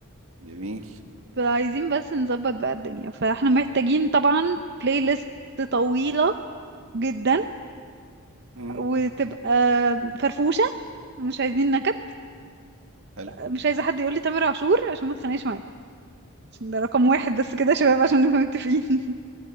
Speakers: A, on the right (about 75°); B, on the right (about 50°).
A: جميل
B: <laughs> فعايزين بس نظبط بقى الدنيا فاحنا محتاجين طبعا بلاي ليست طويلة جدا
A: مم.
B: وتبقى فرفوشة مش عايزين نكد
A: حلو
B: مش عايزة حد يقولي تامر عاشور عشان ما اتخانقش معاكم عشان ده رقم واحد بس كده يا شباب عشان نبقى متفقين